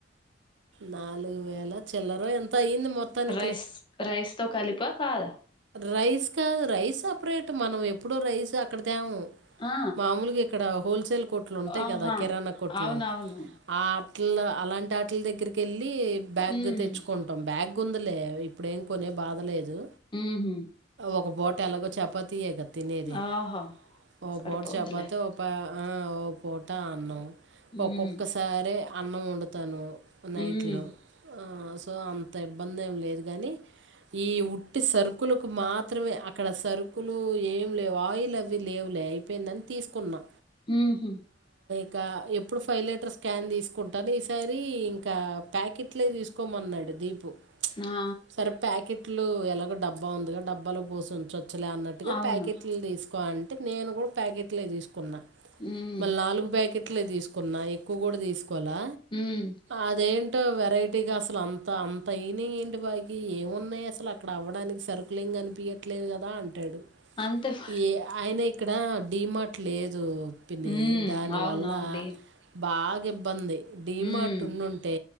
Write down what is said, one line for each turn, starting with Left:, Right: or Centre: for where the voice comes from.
Right: నాలుగు వేల చిల్లరో ఎంతో అయ్యింది. మొత్తానికిలే
Left: రైస్ రైస్ తో కాలిపా కాల
Right: రైస్ కాదు. రైస్ సపరేట్ మనం ఎప్పుడు రైస్ అక్కడ తేము
Left: ఆ
Right: మాముూలుగా ఇ ఇక్కడ హోల్సేల్ కొట్లు ఉంటాయి.
Left: ఆహా
Right: గాదా కిరాణా కొట్లు
Left: అవునవును
Right: ఆ <unintelligible> అలాంటి ఆటిల దగ్గరికి కి వెళ్ళి బ్యాగ్
Left: ఉమ్
Right: తెచ్చుకుంటాం బ్యాగ్ కుందులే ఇప్పుడు ఏం కొనే బాధలేదు.
Left: ఉహ్
Right: ఒక పూట ఎలాగో చపాతియే గాదా తినేది.
Left: ఆహా
Right: ఓ
Left: సరిపోద్దులే
Right: పూట చపాతీ ఒప్ప ఆ పూటా అన్నం.
Left: ఉమ్
Right: ఒక్కొక్కసారే అన్నం వండుతాను నైట్
Left: ఉమ్
Right: లో సో అంత ఇబ్బంది ఏం లేదు గానీ ఈ ఉట్టి సరుకు కులకు మాత్రమే అక్కడ సరుకులు ఏం లేవు ఆయిల్ అవి లేవులే అయిపోయిందని తీసుకున్నా
Left: ఉహ్
Right: ఇంకా ఎప్పుడు ఫైవ్ లీటర్ స్కాన్ తీసుకుంటాను. ఈ సారి ఇంకా ప్యాకెట్లే తీసుకోమన్నాడు. దీప క్
Left: ఆ
Right: సరే ప్యాకెట్ ట్లూ ఎలాగ డ బ్బ ఉందిగా డబ్బాలో పోసి ఉంచచ్ చ్చు లే అన్నట్టుగా
Left: అవును
Right: ప్యాకెట్లు తీసు అంటే నేను కూడా ప్యాకెట్లే తీసు కున్న
Left: ఉమ్
Right: మరి నాలుగు ప్యాకే ట్లే తీసుకున్నా ఎక్కువ కూడా తీసు కోలా
Left: ఉమ్
Right: అదెం డు. వెరైటీగా అసలు అంత అంత అయినాయి ఏంటి బాకి ఏమున్నాయి అసలు అక్కడ అవ్వడానికి సరుకులేం కనిపియాట్లేదు కదా అంటాడు.
Left: అంతే మరి
Right: ఈ ఆయన ఇ క్కడ డి మార్ట్ లేదు. పిన్ని
Left: ఉ
Right: దానివల్ల
Left: అవునవుండి
Right: బాగా ఇబ్బంది డీమార్ట్
Left: ఉమ్
Right: ఉన్నుంటే